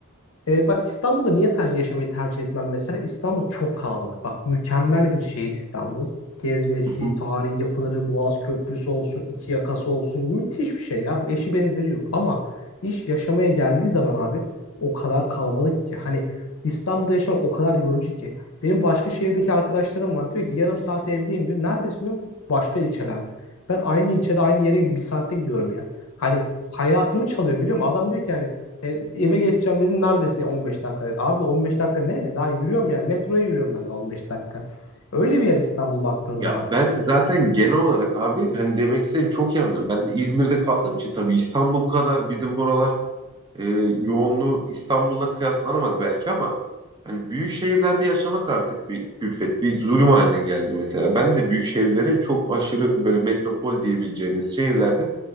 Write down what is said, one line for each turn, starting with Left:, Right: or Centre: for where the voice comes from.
Left: E, bak İstanbul'da niye ter- yaşamayı tercih etmem mesela? İstanbul çok kalabalık. Bak mükemmel bir şehir İstanbul. Gezmesi,
Right: Hı hı.
Left: tarihi yapıları, Boğaz Köprüsü olsun, iki yakası olsun müthiş bir şey ya. Eşi benzeri yok. Ama iş yaşamaya geldiği zaman abi o kadar kalabalık ki. Hani İstanbul'da yaşamak o kadar yorucu ki. Benim başka şehirdeki arkadaşlarım var. Diyor ki yarım saat evdeyim diyor. Neredesin diyor. Başka ilçelerde. Ben aynı ilçede aynı yere bir saatte gidiyorum ya. Hani hayatımı çalıyor biliyor musun? Adam diyor ki yani. E, eve geçeceğim dedin neredesin 15 dakika dedi. Abi 15 dakika ne? Daha yürüyorum yani metroya yürüyorum ben de 15 dakika. Öyle bir yer İstanbul baktığın zaman.
Right: Ya ben zaten genel olarak abi hani demek istediğini çok iyi anlıyorum. Ben de İzmir'de kaldığım için tabii İstanbul kadar bizim buralar e, yoğunluğu İstanbul'la kıyaslanamaz belki ama hani büyük şehirlerde yaşamak artık bir külfet, bir zulüm haline geldi mesela. Ben de büyük şehirleri çok aşırı böyle metropol diyebileceğimiz şehirlerde